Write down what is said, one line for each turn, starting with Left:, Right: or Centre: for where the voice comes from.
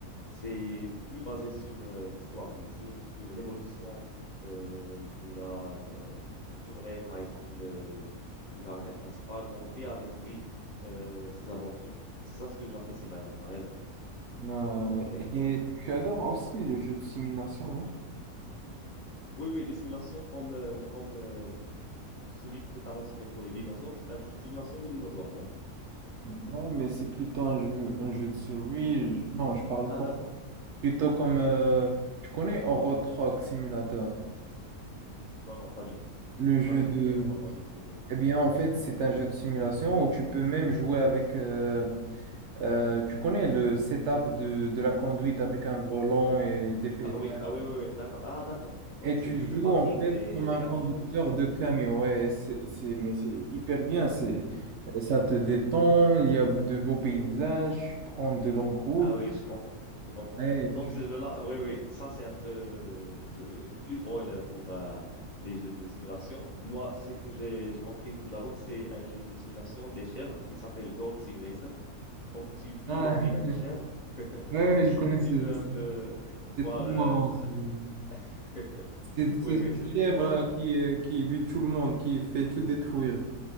Left: c'est plus basé sur euh, l'histoire du jeu, sur l'évolution euh, de la euh, journée, par exemple, euh, du caractère principal. On vit avec lui euh, ses aventures. C'est ça ce que j'apprécie vraiment, t'as raison.
Right: Euh,
Left: Oui,
Right: et tu adores aussi les jeux de simulation, non?
Left: oui, oui, les simulations comme, euh, comme euh, celui que tu as mentionné pour les dinosaures, c'est un jeu de simulation de dinosaures, non?
Right: Ouais, mais c'est plutôt un jeu, un jeu de survie. Je- Non, je parle
Left: Ah,
Right: pas-
Left: d'accord.
Right: plutôt comme, euh, tu connais Euro Truck Simulator,
Left: Non, non, pas du tout.
Right: le
Left: J'ai
Right: jeu
Left: jamais
Right: de...
Left: euh, entendu ce jeu-là.
Right: Eh bien, en fait, c'est un jeu de simulation où tu peux même jouer avec... euh, Euh, tu connais le setup de, de la conduite avec un volant et des pédales.
Left: Ah oui, ah
Right: Et
Left: oui,
Right: tout.
Left: oui, oui, d'accord. Ah, d'accord. Donc,
Right: Et tu
Left: c'est le jeu
Right: joues
Left: de parking
Right: en fait
Left: des,
Right: comme un
Left: des camions
Right: conducteur
Left: et tout.
Right: de camion. Ouais, c'est, c'est- mais c'est hyper bien. C'est, ça te détend, il y a de beaux paysages, tu prends de longues routes.
Left: Ah oui, je comprends. Je comprends.
Right: Ouais,
Left: Donc,
Right: tu-
Left: ce jeu-là, oui, oui, ça, c'est un peu euh, plus drôle pour euh, les jeux de simulation. Moi, ce que j'ai j'ai compris tout d'abord, c'est un jeu de simulation des chèvres. Il s'appelle Goat Simulator. Donc, tu vis
Right: Ah,
Left: la vie d'un chèvre. <laughs>
Right: <laughs> ouais, ouais, je connais
Left: Tu
Right: ce,
Left: peux un
Right: ce-
Left: peu voir.
Right: c'est très marrant.
Left: euh,
Right: ce jeu.
Left: <laughs>
Right: C'est c'est
Left: Oui, oui,
Right: une
Left: c'est
Right: chèvre
Left: hyper cool.
Right: qui, euh, qui bute tout le monde, qui fait tout détruire.